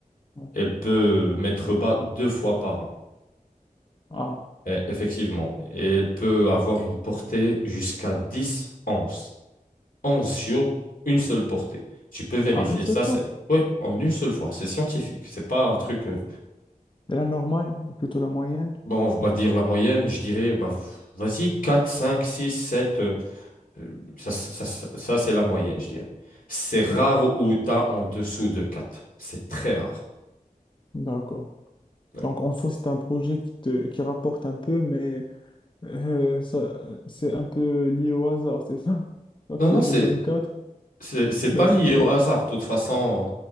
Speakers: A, on the left; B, on the left.
A: Ouais.
B: elle peut mettre bas deux fois par an,
A: Ah,
B: Eh, effectivement. Et elle peut avoir une portée jusqu'à 10 onces. 11 sur une seule portée. Tu peux vérifier
A: ah, une seule
B: ça,
A: fois.
B: c'est... Oui, en une seule fois, c'est scientifique. C'est pas un truc... euh,
A: Et la normale, ou plutôt la moyenne?
B: Bon, on va dire la moyenne, je dirais, bah, v- vas-y, 4 5 6 sept euh, Euh, Ça, ça, ça- ça, c'est la moyenne, je dirais. C'est rare
A: D'accord.
B: où tu as en dessous de quatre C'est très rare.
A: D'accord.
B: Ouais.
A: Donc, en soi, c'est un projet qui, te, qui rapporte un peu, mais euh, ça, c'est un peu lié au hasard, c'est ça? <laughs> Donc,
B: Non,
A: s'il
B: non, c'est,
A: te donne quatre
B: c'est, c'est pas
A: ben c'est-
B: lié au hasard. De toute façon,